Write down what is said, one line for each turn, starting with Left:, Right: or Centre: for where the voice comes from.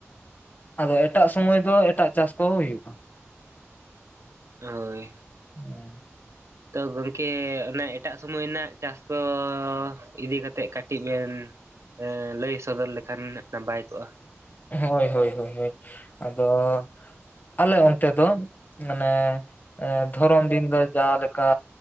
Left: ᱟᱫᱚ ᱮᱴᱟᱜ ᱥᱚᱢᱚᱭ ᱫᱚ ᱮᱴᱟᱜ ᱪᱟᱥ ᱠᱚ ᱦᱩᱭᱩᱜ-ᱟ ᱾
Right: ᱦᱚᱭ ᱾
Left: ᱦᱮᱸ ᱮ ᱾
Right: ᱛᱚ ᱜᱚᱝᱠᱮ ᱚᱱᱟ ᱮᱴᱟᱜ ᱥᱚᱢᱚᱭ ᱨᱮᱱᱟᱜ ᱪᱟᱥ ᱠᱚ ᱤᱫᱤ ᱠᱟᱛᱮᱫ ᱠᱟᱹᱴᱤᱡ ᱵᱮᱱ ᱞᱟᱹᱭ ᱥᱚᱫᱚᱨ ᱞᱮᱠᱷᱟᱱ ᱱᱟᱯᱟᱭ ᱠᱚᱜ-ᱟ ᱾
Left: ᱦᱚᱭ ᱦᱚᱭ ᱦᱚᱭ ᱟᱫᱚ ᱟᱞᱮ ᱚᱱᱛᱮ ᱫᱚ ᱢᱟᱱᱮ ᱮ ᱫᱷᱚᱨᱚᱢ ᱫᱤᱱ ᱫᱚ ᱡᱟᱞᱮᱠᱟ